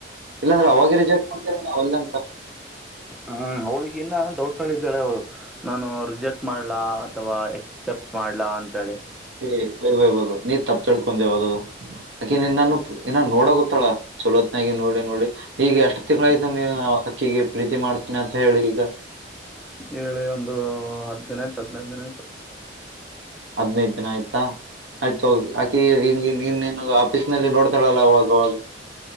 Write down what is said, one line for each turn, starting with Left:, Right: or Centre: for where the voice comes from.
Right: ಇಲ್ಲಾಂದ್ರೆ ಅವಾಗ ರಿಜೆಕ್ಟ್ ಮಾಡ್ತೀದ್ರು ಒಲ್ಲೆ ಅಂತ.
Centre: ಹ್ಮ್ ಅವ್ಳಿಗೆ ಇನ್ನ ಡೌಟ್ ಅಲ್ಲಿ ಇದ್ದಾಳೆ ಅವ್ಳು. ನಾನು ರಿಜೆಕ್ಟ್ ಮಾಡ್ಲಾ ಅಥವಾ ಎಕ್ಸೆಪ್ಟ್ ಮಾಡ್ಲಾ ಅಂತೇಳಿ.
Right: <unintelligible> ನೀ ತಪ್ಪ ತಿಳ್ಕೊಂಡಿರೋದು. ಆಕೆನ್ ನಿನನ್ನು ಇನ್ ನೋಡ ಗತ್ತಾಳ ಚಲೋತ್ನಾಗಿ ನೋಡಿ ನೋಡಿ. ಈಗ ಎಷ್ಟ್ ತಿಂಗ್ಳ ಆಯ್ತು ನೀ ಅಕಿಗೆ ಪ್ರೀತಿ ಮಾಡ್ತೀನಿ ಅಂತ ಹೇಳಿ ಈಗ.
Centre: ಹೇಳಿ ಒಂದು ಹತ್ತುದಿನ ಆಯ್ತು ಹದಿನೈದು ದಿನ ಆಯ್ತು.
Right: ಹದ್ನೈದು ದಿನ ಆಯ್ತಾ. ಆಯ್ತು ಹೋಗಿ ಆಕಿ ಇನ್ನು ಇನ್ನು ಆಫೀಸ್ ನಲ್ಲಿ ನೋಡ್ತಾಳಲ್ಲ ಅವಾಗ್ ಅವಾಗ.